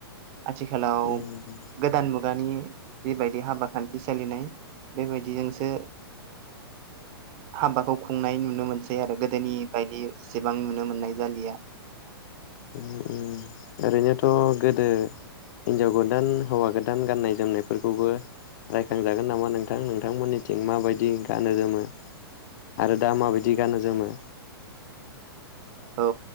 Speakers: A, on the right; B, on the left.
A: आथिखालाव
B: उम
A: गोदान मुगानि। जिबायदि हाबा खान्थि सोलिनाय बेबायदिजोंसो हाबाखौ खुंनाय नुनो मोनसै आरो गोदोनि बायदि एसेबां नुनो मोननाय जालिया।
B: ओम ओम ओरैनोथ' गोदो हिनजाव गोदान हौवा गोदान गाननाय जोमनायफोरखौबो रायखांजागोन नामा नोंथां नोंथांमोननिथिं माबायदि गानो जोमो आरो। दा माबायदि गानो जोमो।
A: औ